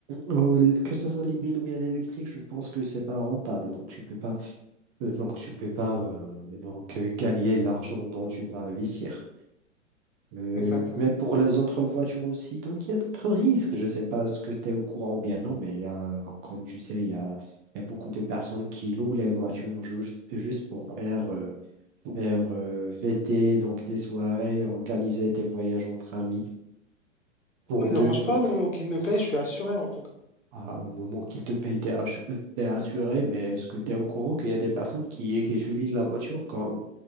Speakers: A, on the right (about 15°); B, on the left (about 80°).
A: Oh, l- Que ce soit l'hybride ou bien l'électrique, je pense que c'est pas rentable, donc tu peux pas, euh, donc, tu peux pas, euh, donc, euh, gagner l'argent dont tu vas investir. Euh,
B: Exactement.
A: mais pour les autres voitures aussi, donc il y a d'autres risques. Je ne sais pas ce que tu es au courant ou bien non, mais il y a, comme tu sais, il y a, il y a beaucoup de personnes qui louent les voitures juste, juste pour faire, euh, faire euh, fêter donc des soirées, organiser des voyages entre amis pour
B: Ça me dérange
A: deux, pour,
B: pas,
A: tr-
B: le moment qu'il me
A: pour,
B: paye,
A: tr-
B: je suis assuré en tout cas.
A: ah, au moment qu'il te paye, t'es assu- t'es assuré, mais est-ce que tu es au courant qu'il y a des personnes qui, qui utilisent la voiture comme